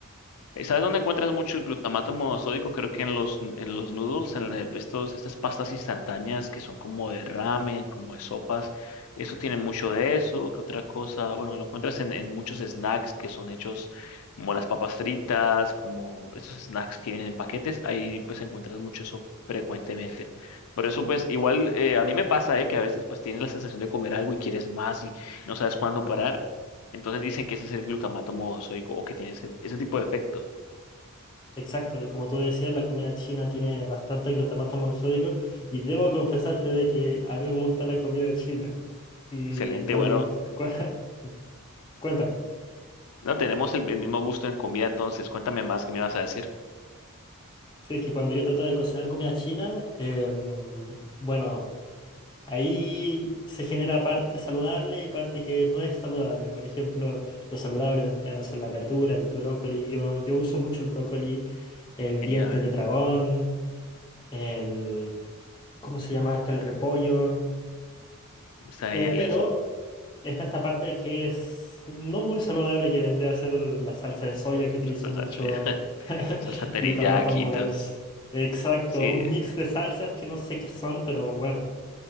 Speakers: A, on the left; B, on the left.
A: Eh, ¿Sabes dónde encuentras mucho el glutamato monosódico? Creo que en los, en los noodles, en la- estos, estas pastas instantáneas que son como de ramen, como de sopas. Eso tiene mucho de eso. ¿Qué otra cosa? Bueno, lo encuentras en, en muchos snacks que son hechos como las papas fritas, como estos snacks que vienen en paquetes. Ahí pues encuentras mucho eso frecuentemente. Por eso pues igual eh, a mí me pasa eh, que a veces pues tienes la sensación de comer algo y quieres más y no sabes cuándo parar. Entonces dicen que ese es el glutamato monosódico o que tiene ese, ese tipo de efecto.
B: exacto. Y como tú decías, la comida china tiene bastante glutamato monosódico y debo confesarte de que a mí me gusta la comida china. Y
A: Excelente,
B: cuando...
A: bueno,
B: in- <laughs> cua- Cuéntame.
A: no tenemos el, el mismo gusto en comida, entonces cuéntame más que me vas a decir.
B: Sí, es que cuando yo trataba de cocinar comida china, em, bueno... Ahí se genera parte saludable y parte que no es saludable. Por ejemplo, lo saludable vendrían a ser la verdura, el brócoli. Yo, yo uso mucho el brócoli, el
A: Genial,
B: diente de dragón, el... ¿Cómo se llama? Hasta el repollo.
A: está
B: Eh,
A: genial
B: pero
A: eso,
B: está esta parte de que es no muy saludable que vendría a ser la salsa de soya que utilizo
A: salsa,
B: mucho.
A: eso ya, <laughs>
B: <laughs>
A: salsa teriyaki,
B: Glutamato monas.
A: todo.
B: Exacto,
A: Sí,
B: un mix de salsas que no sé qué son, pero bueno.